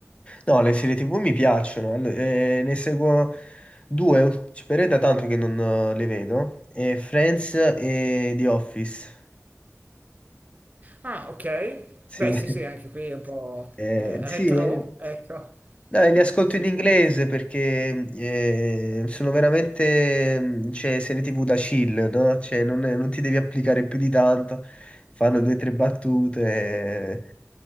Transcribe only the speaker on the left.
No, le serie TV mi piacciono, allo- eh, ne seguo due, ult- però è da tanto che non eh, le vedo, eh, Friends e The Office.
Sì,
<laughs>
eh,
sì,
eh.
Dai, li ascolto
in
inglese
perché eh, sono veramente, mm, cioè, serie TV da chill, no? Cioè, non, è- non ti devi applicare più di tanto, fanno due o tre battute.